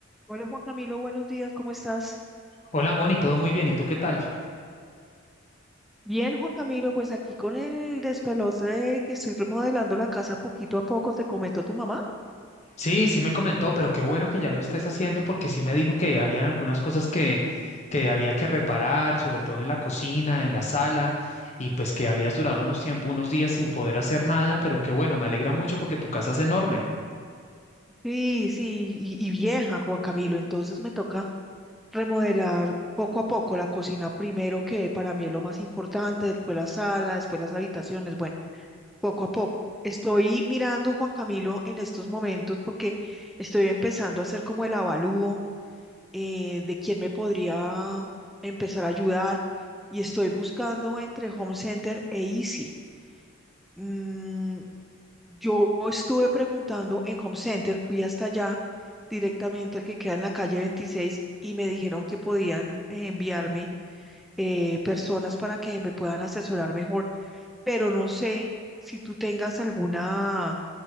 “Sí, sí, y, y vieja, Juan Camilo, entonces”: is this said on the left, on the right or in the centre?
Centre